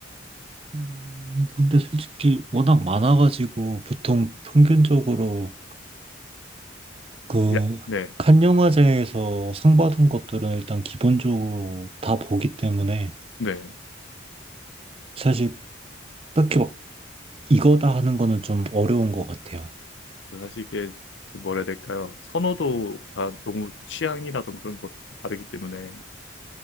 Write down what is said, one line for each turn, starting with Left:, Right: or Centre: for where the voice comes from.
Right: 음, 근데 솔직히 워낙 많아가지고 보통 평균적으로 그
Left: 야, 네,
Right: 칸 영화제에서 상 받은 것들은 일단 기본적으로 다 보기 때문에
Left: 네.
Right: 사실 딱히 막 이거다 하는 거는 좀 어려운 것 같아요.
Left: 저 사실 이게 그 뭐라 해야 될까요? 선호도가 너무 취향이라든 그런 것도 다르기 때문에